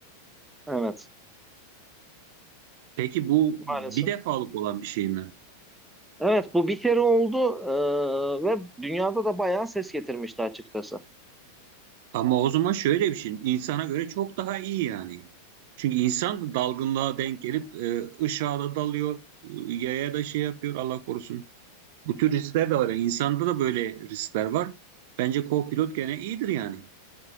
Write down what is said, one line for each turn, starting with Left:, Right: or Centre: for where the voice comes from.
Centre: Evet,
Right: Peki bu
Centre: maalesef.
Right: bir defalık olan bir şey mi?
Centre: Evet bu bir kere oldu e, ve dünyada da bayağı ses getirmişti açıkçası.
Right: Ama o zaman şöyle bir şey, insana göre çok daha iyi yani. Çünkü insan da dalgınlığa denk gelip e, ışığa da dalıyor, e, yaya da şey yapıyor Allah korusun. Bu tür riskler de var. Yani insanda da böyle riskler var. Bence co-pilot gene iyidir yani.